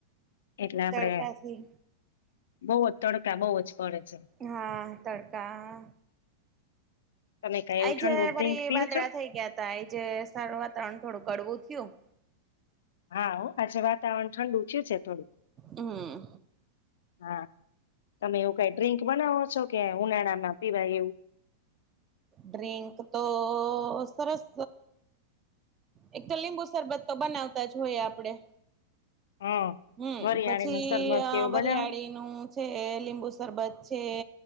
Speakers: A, on the left; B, on the right.
A: એટલે આપડે,
B: તડકાથી
A: બવ તડ કા બવ જ પડે છે
B: હા તડકા
A: તમે કઈ
B: આયજે
A: એવું ઠંડુ ડ્રિંક
B: ફરી
A: પીવ
B: વાદળા
A: છો
B: થઈ ગયા તા આયજે સારું વાતાવરણ થોડુંક કડવુ થયું.
A: હા ઓ, આજે વાતાવરણ ઠંડુ થયું છે થોડુંક.
B: હમ
A: હા, તમે એવું કઈ ડ્રિંક બનાવો છો? કે ઉનાળા માં પીવાય એવું
B: ડ્રિંક તો સરસ એક તો લીંબુ શરબત તો બનાવતા જ હોય આપડે.
A: હા
B: હમ્મ
A: વરિયાળી
B: પછી
A: નું શરબત કેવું
B: વરિયાળીનું
A: બનાવો
B: છે. લીંબુ શરબત છે.